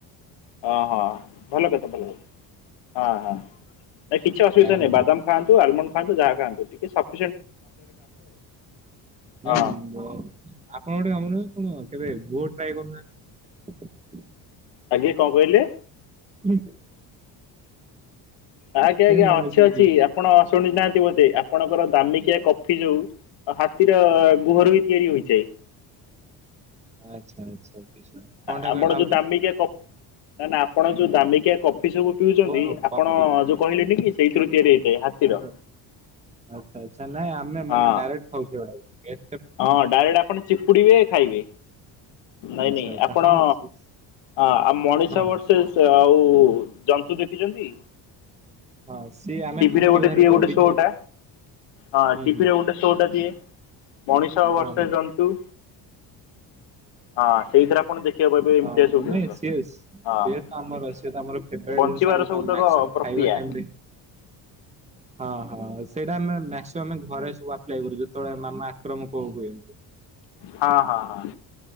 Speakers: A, on the left; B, on the right.
A: ଓହୋ ଭଲ କଥା ଭଲ କଥା। ହଁ ହଁ ନାଇଁ କିଛି ଅସୁବିଧା
B: ଡାଇମଣ୍ଡ
A: ନାହିଁ ବାଦାମ ଖାଆନ୍ତୁ ଆଲମଣ୍ଡ ଖାଆନ୍ତୁ ଯାହା ଖାଆନ୍ତୁ ଟିକେ ସକ୍ ହଁ
B: ନାଇଁ ଆପଣଙ୍କ ଗୋଟେ କାମ କଣ କେବେ ଭୋଟ ଟାଏ କରୁନାହାନ୍ତି?
A: ଆଜ୍ଞା କଣ କହିଲେ?
B: ହୁଁ।
A: ଆଜ୍ଞା ଆଜ୍ଞା
B: ମାନେ
A: ଅଛି
B: ସେ
A: ଅଛି
B: ଯୋଉ
A: ଆପଣ ଅସୁ ଶୁଣି ନାହାନ୍ତି ବୋଧେ ଆପଣଙ୍କର ଦାମିକିଆ କଫି ଯୋଉ ହାତୀର ଗୁହର ବି ତିଆରି ହୋଇଚିଆଇ।
B: ଆଚ୍ଛା ଆଚ୍ଛା ବୁଝିଲି କଣଟା
A: ଆପଣ
B: କହିଲେ ଆଉଥରେ?
A: ଯୋଉ ଦାମିକିଆ କପ୍ ନା ନା ଆପଣ ଯୋଉ ଦାମିକିଆ କପ୍ ଫି ସବୁ ପିଉଛନ୍ତି
B: ଓହୋ
A: ଆପଣ
B: କଫି
A: ଯୋଉ କହିଲେଣି କି ସେଇଥିରୁ ତିଆରି ହେଇଥାଏ ହାତୀର
B: ଆଚ୍ଛା ଆଚ୍ଛା ଆଚ୍ଛା ନାଇଁ ଆମୋନେ
A: ହଁ
B: ଡାଇରେକ୍ଟ ଖାଉ ସେଗୁଡାକ ଏ
A: ହଁ ଡାଇରେକ୍ଟ ଆପଣ ଚିପୁଡିବେ ଖାଇବେ। ନାଇଁ
B: ଆଚ୍ଛା
A: ନାଇଁ
B: ଆଚ୍ଛା
A: ଆପଣ
B: ହଁ ସେ-
A: ଆ ମଣିଷ
B: ହଁ
A: ବର୍ଷେସ ଆ ହୋଉ ଜନ୍ତୁ ଦେଖିଛନ୍ତି?
B: ହଁ ସିଏ ଆମେ
A: ଟିଭିିରେ
B: ଫାଟି
A: ଗୋଟେ
B: ବାହାରେ
A: ଦିଏ
B: ତାକୁ
A: ଗୋଟେ
B: ଡିଜଉ
A: ସୋ ଟା ଆ
B: ହୁଁ
A: ଟିଭିରେ
B: ହୁଁ
A: ଗୋଟେ ସୋଟା ଦିଏ ମଣିଷ
B: ହଁ
A: ଭର୍ସେସ ଜନ୍ତୁ। ହଁ ସେଇଥିରେ ଆପଣ ଦେଖିବାକୁ ପାଇବେ ଏମିତିଆ
B: ହଁ
A: ସବୁ ଜିନିଷ
B: ନାଇଁ ସିଏ ସିଏ
A: ହଁ
B: ତ ଆମର ସିଏ ତ ଆମର ଫେବରାଇଟ
A: ବଞ୍ଚି
B: ଜିନିଷ ଆମେ ତ
A: ସବୁ ତକ
B: ମ୍ୟାକ୍ସିମମ୍
A: ପ୍ରକ୍ରିୟା
B: ଖାଇବା ଟାଇମ ରେ ହଁ ହଁ ସେଇଟା ଆମେ ଆମେ ଘରେ ସବୁ ଆପ୍ଲାଏ କରୁ ଯେତେବେଳେ ମାମା ଆକ୍ରମକ ହୁଛନ୍ତି।
A: ହଁ ହଁ ହଁ।